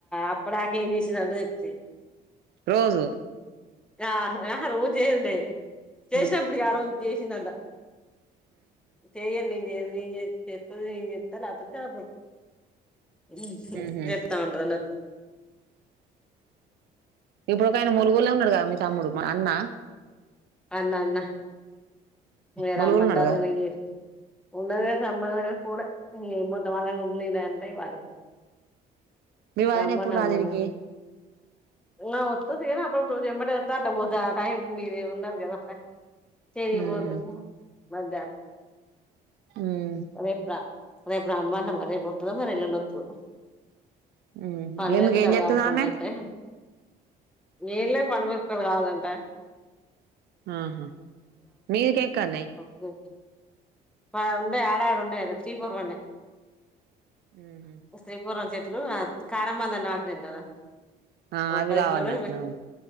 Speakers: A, in the centre; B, on the right.
A: అప్పుడ ఎంజేసిందా అంత చెప్తది
B: రోజు
A: ఆహ ఆహా రోజు జేయదులే చేసినప్పుడు
B: ఉమ్
A: ఇగ ఆ రోజు చేసిదంత చేయ్యనిన్ ఇగ చేయద్ చేతల్ చెత్తల్ లేపోతే అప్పుడపుడు ఊ
B: ఉహు
A: జేప్తావుంటాది అన్నట్టు
B: ఇప్పుడు ఒక ఆయన ములగొల్లో
A: అట్లా
B: ఉన్నాడుగా మీ తమ్ముడు మరి అన్న
A: అన్న అన్న ఇగ
B: ములుగులో
A: రమ్మంటారు
B: ఉన్నాడుగా
A: గాని ఇ యప్ ఉన్నరు గాని రమనలే పోలె ఏం పోతాం వాళ్ళ నీళ్ళదంటే వాళ్లే
B: మీ వదిన
A: రమ్మన్నరు
B: ఎప్పుడు రాదీడికి
A: మొన్న నా ఒత్తది గాని అపుడప్పుడే ఎంబడే ఒత్తే అట్ల పోతది ఆ టైమ్ కి మీరు ఉన్నరు గద అక్క తిరిగి
B: ఉహు
A: పోత పో మద్ద
B: ఉమ్
A: రేపు రా రేపు రామ్మన్న మరి రేపు ఒత్తదో మరి ఏల్లుండి ఒత్తదో
B: ఉహు
A: పండు
B: ఎందుకు
A: మిరపకాయలు
B: ఏం చేత్తది
A: కావాలంటే కొన్నంటే
B: ఆమె
A: ఏం లే పండు మెరపకాయలు కావాలంట
B: ఆహా మీది కేక్కాల్
A: ఓకే ఆ ఉన్నయ్ ఆడాడ ఉన్నయ్ ఛీపూర వన్నె
B: ఉహు
A: తేపురం చేట్ ఉ కారంమాందా నాటినం గదా
B: ఆ
A: ఓ
B: అవి
A: పది
B: కావన్నట్టునా
A: కిలోలు